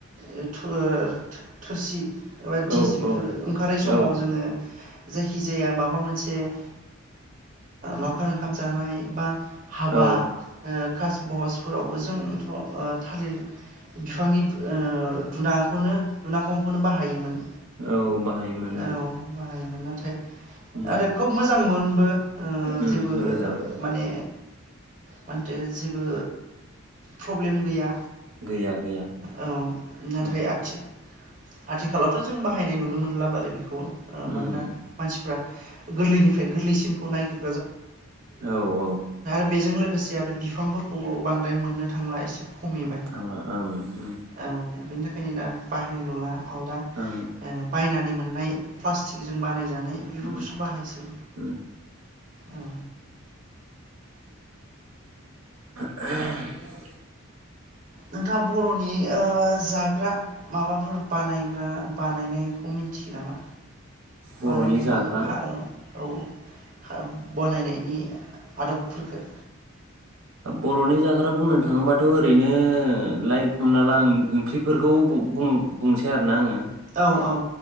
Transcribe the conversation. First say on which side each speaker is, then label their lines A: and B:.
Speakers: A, on the right; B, on the right.
A: <unintelligible> थोरसि एबा डिस
B: औ
A: बेफोर
B: औ
A: ओंखारै समाव
B: औ
A: जोङो। जायखिजाया माबा मोनसे ओ- लावखार ओंखाम जानाय। हाबा
B: औ
A: ओ- कास बहसफोरावबो जोंथ' थालिर बिफांनि ओ- दुनाखौनो दुनाखौ खंखौनो बाहायोमोन।
B: औ बाहायोमोन ओं
A: औ बाहायोमोन नाथाय आरो
B: उम
A: खोब मोजांमोन। बो ओ-
B: उम
A: जेबो
B: मोजां
A: माने मानथो जेबो प्रब्लेम गैया
B: गैया गैया गैया
A: ओ-औ नाथाय
B: औ
A: आथिख आथिखा आथिखालावथ' जों बाहायनाय नुनो मोनला बा आरो बेखौ ओ-मानोना
B: उम
A: मानसिफ्रा गोरलैनिफ्राय गोरलैसिन। खौनायगोर
B: औ औ
A: बेजों लोगोसे आरो बिफांफोरखौबो बांद्राय मोननो थांला एसे
B: औ
A: खमिबाय औ बेनि थाखायनो दा बाहायनाय नुला आलदा
B: ओं
A: बायनानै मोननाय प्लास्टिकजों बानायजानाय
B: उम
A: बेफोरखौसो बाहायसै।
B: उम
A: औ
B: <inaudible>
A: नोंथाङा बर'नि ओ जाग्रा माबाफोर बानायग्रा बानायनायखौ मोनथियो नामा?
B: बर'नि
A: बानायनायनि
B: जाग्रा
A: खा औ बनायनायनि आदबफोरखो
B: बर'नि जाग्रा बुंनो थाङोबाथ ओरैनो- लाइक हमना ला ओंख्रिफोरखौ बुं‌ बुंसै आरोना आङो
A: औ औ